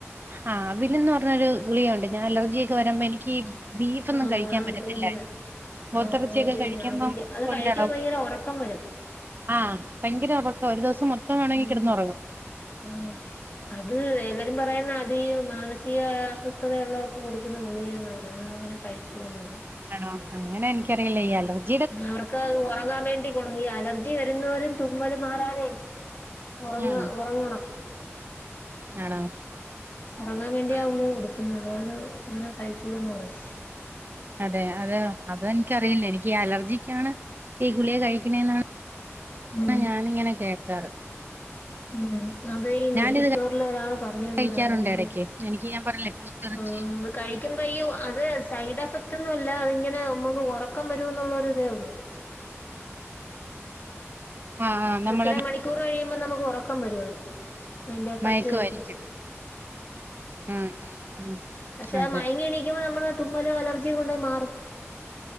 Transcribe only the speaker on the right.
ആഹ് അവിലന്ന് പറഞ്ഞൊരു ഗുളിയുണ്ട് ഞാൻ അലർജിയൊക്കെ വരുമ്പോ എനിക്ക്- ബീഫൊന്നും
കഴിക്കാൻ പറ്റത്തില്ലായിരുന്നു
പോത്തറച്ചിയൊക്കെ
കഴിക്കുമ്പം
കൊണ്ട
<unintelligible> ടും
ആഹ് ഭയങ്കര ഒറക്കവാ ഒരു ദിവസം മൊത്തം വേണങ്കി
കെടന്ന് ഒറങ്ങും
ആണോ അങ്ങനെ എനിക്കറിയില്ല <unintelligible> ലോ
ഉം
ആണോ
ആ,
അതെ അതെയോ അത് എനിക്ക് അറിയില്ല എനിക്ക് അലർജിക്കാണ് ഈ ഗുളിയ കഴിക്കണെന്ന് -
ആ ഞാന് ഇങ്ങനെ കേക്കാറ്
ഞാനിത്
കഴിക്കാറുണ്ട്
ഇടയ്ക്ക് എനിക്ക് ഞാൻ പറഞ്ഞില്ലേ പോത്തിറച്ചി
ആഹ് ആഹ് നമ്മള്
മയക്കുമായിരിക്കും
ഉം
ഉം ഉം
അതെ